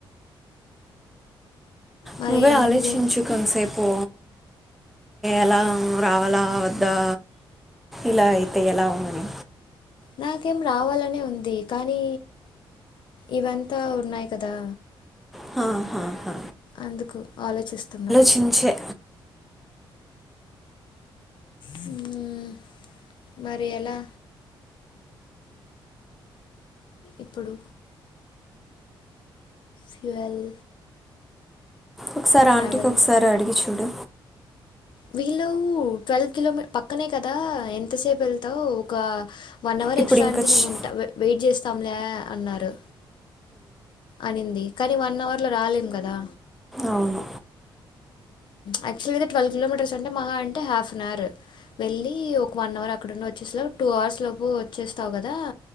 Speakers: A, on the left; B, in the centre.
A: మరి
B: నువ్వే ఆలోచించు
A: ఏం చే
B: కొంసేపు ఎలా రావాల వద్దా ఇలా అయితే ఎలా అని
A: నాకేం రావాలనే ఉంది కానీ ఇవంతా ఉన్నాయి కదా
B: హా, హా, హా.
A: అందుకు ఆలోచిస్తున్నా
B: చించే
A: మ్మ్ మరి ఎలా ఇప్పుడు ఫ్యూయల్
B: ఒకసారి
A: ట్రావెల్
B: ఆంటీకి ఒకసారి అడిగి చూడు
A: వీళ్ళు ట్వెల్వ్ కిలోమీ పక్కనే కదా ఎంతసేపు వెళ్తావ్ ఒక వన్ అవర్
B: ఇప్పుడు
A: ఎక్స్ట్రా
B: ఇంకా
A: అయితే నేను
B: చి-
A: ఉంటా వెయిట్ చేస్తాంలే అన్నారు అనింది కానీ వన్ అవర్ లో రాలేం కదా
B: అవును
A: యాక్టువల్గా ట్వెల్వ్ కిలోమీటర్స్ అంటే మహా అంటే హాఫ్ అన్ అవర్ వెళ్ళి ఒక వన్ అవర్ అక్కడుండి వచ్చేసేలా టూ అవర్స్ లోపు వచ్చేస్తావు కదా